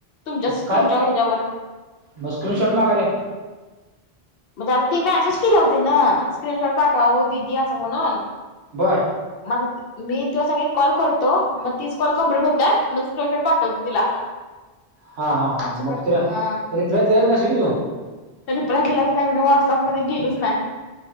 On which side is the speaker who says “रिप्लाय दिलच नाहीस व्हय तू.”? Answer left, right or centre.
Right